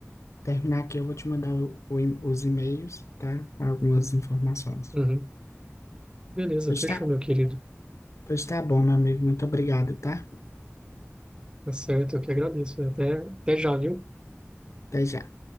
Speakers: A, on the left (about 75°); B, on the right (about 20°).
A: terminar aqui, eu vou te mandar o- o e- os e-mails, tá? Com algumas informações.
B: Uhum. Beleza,
A: Pois
B: fechou,
A: tá,
B: meu querido.
A: pois tá bom, meu amigo, muito obrigado, tá?
B: Tá certo, eu que agradeço. Até, até já, viu?
A: Até já.